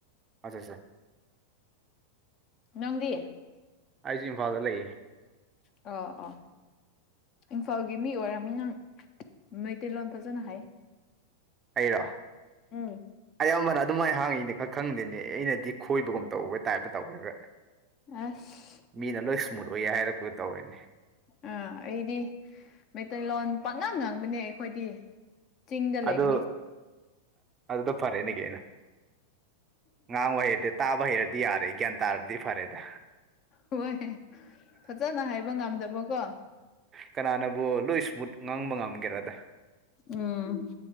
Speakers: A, on the right; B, on the left.
A: ꯑꯥꯖꯥ ꯖꯥ
B: ꯅꯪꯗꯤ?
A: ꯑꯩꯁꯨ ꯏꯝꯐꯥꯜꯗ ꯂꯩꯌꯦ
B: ꯑꯣ ꯑꯣ ꯏꯟꯐꯥꯜꯒꯤ ꯃꯤ ꯑꯣꯏꯔꯝꯅꯤꯅꯪ ꯃꯩꯇꯩꯂꯣꯟ ꯐꯖꯅ ꯍꯩ
A: ꯑꯩꯔꯣ?
B: ꯎꯝ
A: ꯑꯌꯥꯝꯕꯅ ꯑꯗꯨꯃꯥꯏ ꯍꯥꯡꯌꯦꯅꯦ ꯈꯥ ꯈꯪꯗꯦꯅꯦ ꯑꯩꯅꯗꯤ ꯈꯣꯏꯕꯒꯨꯝ ꯇꯧꯕ ꯇꯥꯏꯞꯇ ꯇꯧꯋꯦꯕ
B: ꯑꯁ
A: ꯃꯤꯅ ꯂꯣꯏ ꯁ꯭ꯃꯨꯠ ꯑꯣꯏꯌꯦ ꯍꯥꯏꯔꯛꯄ ꯇꯧꯔꯦꯅꯦ
B: ꯑꯥ ꯑꯩꯗꯤ ꯃꯩꯇꯩꯂꯣꯟ ꯄꯥꯛꯉꯥꯡ ꯉꯥꯡꯕꯅꯦ ꯑꯩꯈꯣꯏꯗꯤ ꯆꯤꯡꯗ ꯂꯩꯕꯅꯤ
A: ꯑꯗꯨ ꯑꯗꯨꯗ ꯐꯔꯦꯅꯦ ꯀꯩꯅꯣ ꯉꯥꯡꯕ ꯍꯩꯔꯗꯤ ꯇꯥꯕ ꯍꯩꯔꯗꯤ ꯌꯥꯔꯦ ꯒ꯭ꯌꯥꯟ ꯇꯥꯔꯗꯤ ꯐꯔꯦꯗ
B: ꯍꯣꯏ ꯐꯖꯅ ꯍꯥꯏꯕ ꯉꯝꯗꯕꯀꯣ
A: ꯀꯅꯥꯅꯕꯨ ꯂꯣꯏ ꯁ꯭ꯃꯨꯠ ꯉꯥꯡꯕ ꯉꯝꯒꯦꯔꯗ
B: ꯎꯝ